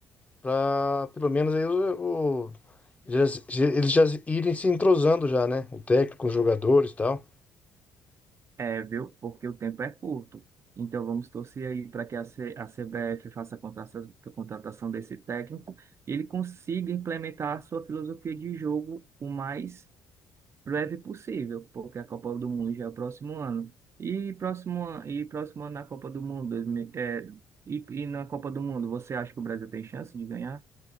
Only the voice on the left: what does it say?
pra pelo menos aí o, o- já- já- eles já irem se entrosando já, né? O técnico, os jogadores e tal.